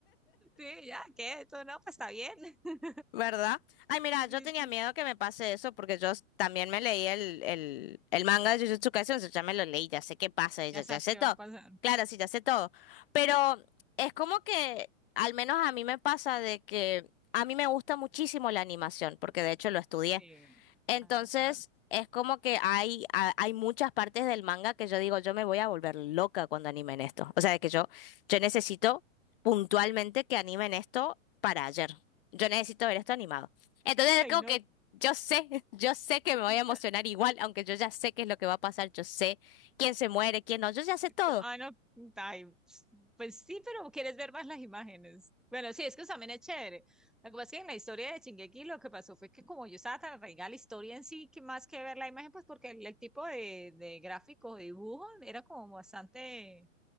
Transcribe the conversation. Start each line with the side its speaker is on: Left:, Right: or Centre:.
Centre: sí, ya, qué, esto, no, pues está bien, <laughs>
Left: <laughs> ¿verdad? Ay, mira,
Centre: sí,
Left: yo tenía
Centre: sí,
Left: miedo que me pase eso porque yo s- también me leí el, el, el manga de Jujutsu Kaisen, o sea, ya me lo leí, ya sé qué pasa, ya,
Centre: ya
Left: ya
Centre: sabes
Left: sé
Centre: qué
Left: todo.
Centre: va a pasar,
Left: Claro, sí, ya sé todo. Pero es como que, al menos a mí me pasa de que a mí me gusta muchísimo la animación, porque de hecho lo estudié.
Centre: sí,
Left: Entonces,
Centre: ah, claro,
Left: es como que hay, ha- hay muchas partes del manga que yo digo, yo me voy a volver loca cuando animen esto. O sea, de que yo, yo necesito puntualmente que animen esto para ayer. Yo necesito ver esto animado. Entonces,
Centre: ay,
Left: es como
Centre: no,
Left: que yo sé, <laughs> yo sé que me voy
Centre: no,
Left: a emocionar igual, aunque yo ya sé qué es lo que va a pasar, yo sé quién se muere, quién no, yo ya sé todo.
Centre: Tú- Ah, no, ay, ps- pues sí, pero quieres ver más las imágenes. Bueno, sí, es que eso también es chévere. Lo que pasa es que en la historia de Shingeki lo que pasó fue que como yo estaba tan arraigada a la historia en sí, que más que ver la imagen, pues porque el, el tipo de, de gráfico, de dibujo, era como bastante